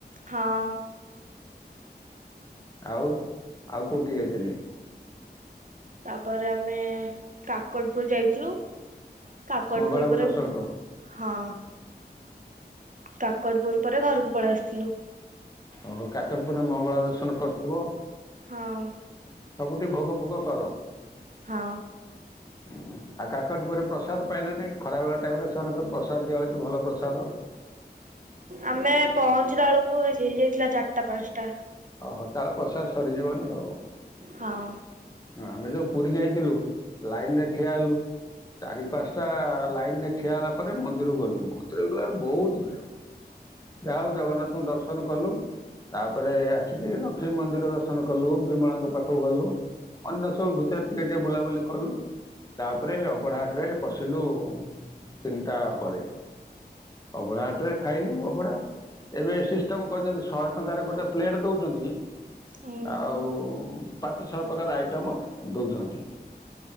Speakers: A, on the right; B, on the left.
A: ହଁ।
B: ଆଉ ଆଉ କୋଉଠି ଯାଇଥିଲେ।
A: ତାପରେ ଆମେ କାକଟପୁର ଯାଇଥିଲୁ କାକଟପୁର
B: ମଙ୍ଗଳାକୁ
A: ପରେ
B: ଦର୍ଶନ କ
A: ହଁ। କାକଡ଼ପୁର ପରେ ଘରକୁ ପଳେଇ ଆସିଥିଲୁ।
B: ଓହୋ କାକଟପୁରରେ ମଙ୍ଗଳା ଦର୍ଶନ କରିଥିବ।
A: ହଁ।
B: ସବୁଠି ଭୋଗ ଫୋଗ କର।
A: ହଁ।
B: <inaudible> ଆଉ କାକଟପୁର୍ ରେ ପ୍ରସାଦ ପାଇଲ ନାଇ ଖରା ବେଳ ଟାଇମ ରେ ସେମାନଙ୍କର ପ୍ରସାଦ ଦିଆ ହଉଛି ଭଲ ପ୍ରସାଦ।
A: ଆମେ ପହଞ୍ଚିଲା ଏଳାକୁ ହେ ହେଇଯାଇଥିଲା ଚାରିଟା ପାଞ୍ଚଟା।
B: ଓହୋ ତାର ପ୍ରସାଦ ସରିଯିବନି ଆଉ।
A: ହଁ।
B: ଆମେ ଯୋଉ ପୁରୀ ଯାଇଥିଲୁ ଲାଇନ ରେ ଠିଆ ହେଲୁ ଚାରି ପାଞ୍ଚଟା ଲାଇନରେ ଠିଆ ହେଲା ପରେ ମନ୍ଦିର ଗଲୁ ମନ୍ଦିର ଗଲାଳେ ବୋହୁତ ଭିଡ। ଯାହା ହୋଉ ଜଗନ୍ନାଥଙ୍କୁ ଦର୍ଶନ କଲୁ ତାପରେ ଆସିକି ଲକ୍ଷ୍ମୀ ମନ୍ଦିର ଦର୍ଶନ କଲୁ ବିମଳାଙ୍କ ପାଖକୁ ଗଲୁ ଅନ୍ୟ ସବୁ ଭିତରେ ଟିକେ ଟିକେ ବୁଲାବୁଲି କଲୁ ତାପରେ ଅବଡାହାଟରେ ପଶିଲୁ ତିନିଟା ପରେ। ଅଭଡା ହାଟ ରେ ଖାଇଲୁ ଅଭଡା। ଏବେ ସିଷ୍ଟମ୍ କରଚନ୍ତି ଶହେ ଟଙ୍କାରେ ଗୋଟେ ପ୍ଲେଟ୍ ଦୋଉଛନ୍ତି
A: ଉଁ
B: ଆଉ ପାଞ୍ଚ ଛଅ ପ୍ରକାର ଆଇଟମ ଦୋଉଚନ୍ତି